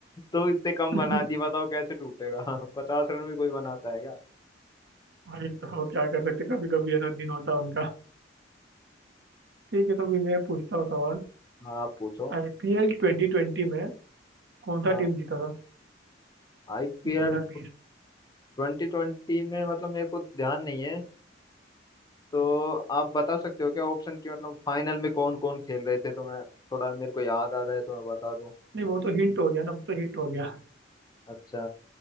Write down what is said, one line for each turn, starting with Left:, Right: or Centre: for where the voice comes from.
Left: तो इतने कम
Right: <laughs>
Left: बना दिए बताओ कैसे टूटेगा <laughs> पचास रन भी कोई बनाता है क्या
Right: भाई तो क्या कर सकते कभी कभी ऐसा दिन होता है उनका ठीक है तो भी मैं पूछता हूँ सवाल
Left: हाँ आप पूछो
Right: आईपीएल ट्वेंटी ट्वेंटी में कौन सा
Left: हाँ
Right: टीम जीता था
Left: आईपीएल
Right: दो हजार बीस
Left: ट्वेंटी ट्वेंटी में मतलब मेरे को ध्यान नहीं है तो आप बता सकते हो क्या ऑप्शन की मतलब फाइनल में कौन कौन खेल रहे थे तो मैं थोड़ा मेरे को याद आ जाए तो मैं बता दूं
Right: नहीं वो तो हिंट हो गया ना वो तो हिंट हो गया
Left: अच्छा